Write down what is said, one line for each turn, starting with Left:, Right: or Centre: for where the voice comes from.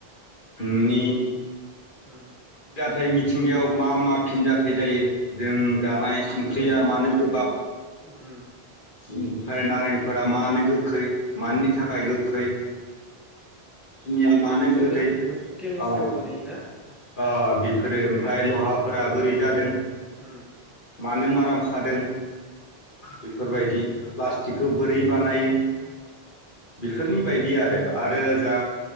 Left: उम।
Centre: उम।
Left: नाथाय मिथिंगायाव मा मा फिनजाथाइ जायो जों जानाय स ख्रैया मानो गोबाब।
Centre: उम।
Left: ओमफ्राय नारेंफोरा मानो गोखै? मानि थाखाय गोखै सिनिया मानो गोदै
Centre: ना इफोरसो केमेस्ट्रियाव
Left: ओ ओ
Centre: गोलैयोना?
Left: बेफोरो ओमफ्राय लहा फोरा बोरै जादों?
Centre: उम।
Left: मानो मा <inaudible> जादों बेफोरबायदि <inaudible> प्लास्टिकखौ बोरै बानायो बेफोरनि बायद बिदि आरो आरो जा